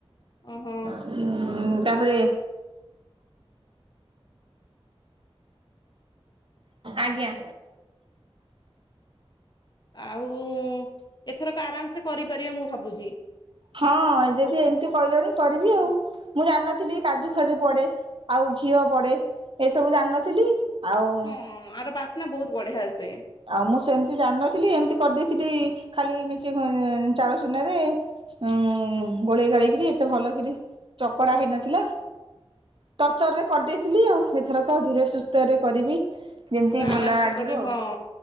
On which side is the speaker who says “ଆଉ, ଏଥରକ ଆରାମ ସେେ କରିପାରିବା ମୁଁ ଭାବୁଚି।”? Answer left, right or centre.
Left